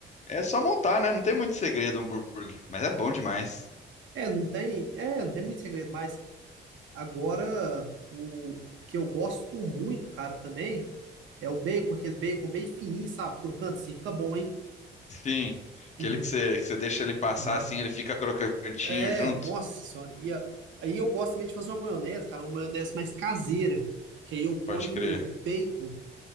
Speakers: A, on the left; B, on the right.
A: É só montar, né? Não tem muito segredo o hambúrguer, mas é bom demais.
B: É, não tem, é, não tem muito segredo, mas agora o, o que eu gosto muito, cara, também é o bacon, aquele bacon bem fininho, sabe? Crocante, sim, fica bom, hein?
A: Sim, aquele
B: Uhum,
A: que você, que você deixa ele passar
B: aham.
A: assim, ele fica crocantinho
B: É,
A: junto.
B: nossa senhora. E a- aí eu gosto também de fazer uma maionese, cara, uma maionese mais caseira, que aí eu ponho
A: Pode crer.
B: bacon.